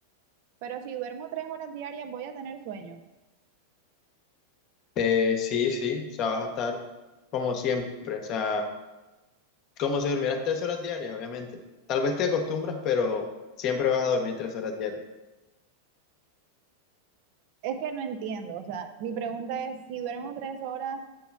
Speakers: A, on the right; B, on the left.
A: pero si duermo tres horas diarias voy a tener sueño.
B: eh, sí, sí, o sea, vas a estar como siempre, o sea, como si durmieras tres horas diarias, obviamente. Tal vez te acostumbras, pero siempre vas a dormir tres horas diarias.
A: Es que no entiendo, o sea, mi pregunta es, si duermo tres horas,